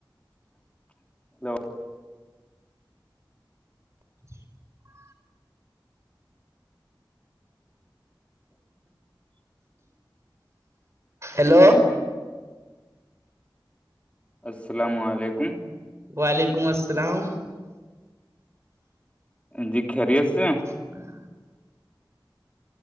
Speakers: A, on the left; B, on the right.
A: <unintelligible>
B: <inaudible>
A: اچ
B: ہیلو
A: السلام علیکم
B: وعلیکم السلام
A: جی کریی اے ہیں
B: <unintelligible>